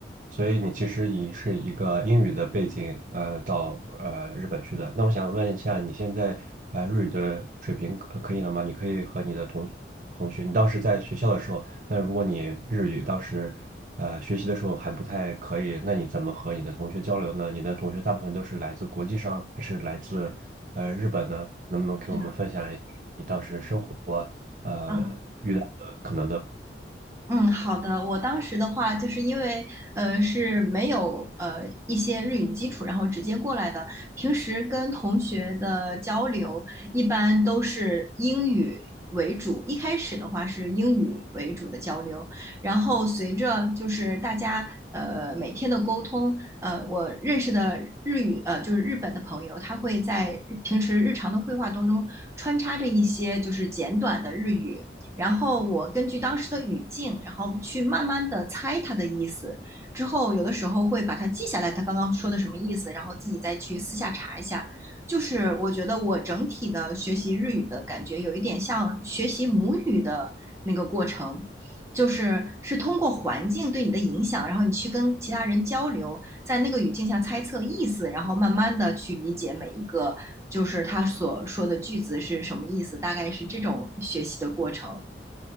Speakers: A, on the right; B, on the right.
A: 所以你其实以是一个英语的背景，呃，到呃日本去的。那我想问一下，你现在呃日语的水平可可以了吗？你可以和你的同同学，你当时在学校的时候，那如果你日语当时呃学习的时候还不太可以，那你怎么和你的同学交流呢？你的同学大部分都是来自国际上，还是来自呃日本呢？能不能给我们分享一下你当时生活呃遇到的可能的？
B: 是的啊，嗯，好的。我当时的话，就是因为呃是没有呃一些日语基础，然后直接过来的。平时跟同学的交流一般都是英语为主，一开始的话是英语为主的交流，然后随着就是大家呃每天的沟通，呃我认识的日语呃就是日本的朋友，他会在平时日常的绘画当中穿插着一些就是简短的日语。然后我根据当时的语境，然后去慢慢的猜它的意思。之后有的时候会把它记下来，他刚刚说的什么意思，然后自己再去私下查一下。就是我觉得我整体的学习日语的感觉有一点像学习母语的那个过程，就是是通过环境对你的影响，然后你去跟其他人交流，在那个语境下猜测意思，然后慢慢的去理解每一个就是他所说的句子是什么意思，大概是这种学习的过程。